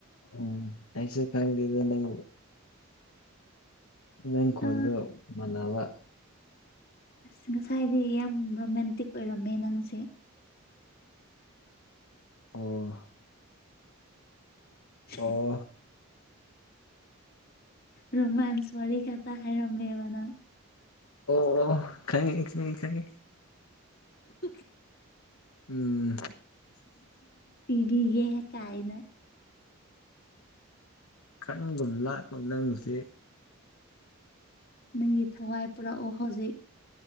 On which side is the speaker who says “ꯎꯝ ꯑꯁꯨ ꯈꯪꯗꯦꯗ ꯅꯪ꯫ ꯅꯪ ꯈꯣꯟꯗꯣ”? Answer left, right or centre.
Left